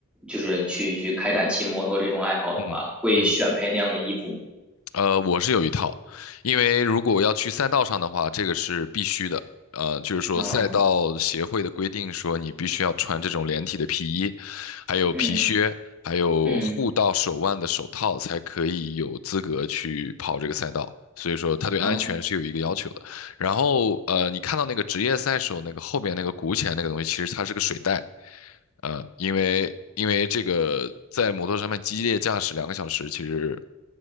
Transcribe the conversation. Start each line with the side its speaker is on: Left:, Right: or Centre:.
Centre: 就是去去开展骑摩托这种爱好的话，
Left: 嗯嗯。
Centre: 会选配那样的衣服吗？
Left: 呃，我是有一套，因为如果要去赛道上的话，这个是必须的。呃，就是说赛道协会的规定说，
Centre: 嗯
Left: 你必须要穿这种连体的皮衣，还有皮靴，
Centre: 嗯
Left: 还有护到手腕的手套，
Centre: 嗯
Left: 才可以有资格去跑这个赛道。所以说，它对安全是有一个要求的。
Centre: 嗯，
Left: 然后，呃，你看到那个职业赛手那个后边那个鼓起来那个东西，其实它是个水袋。呃，因为因为这个在摩托上面激烈驾驶两个小时，其实。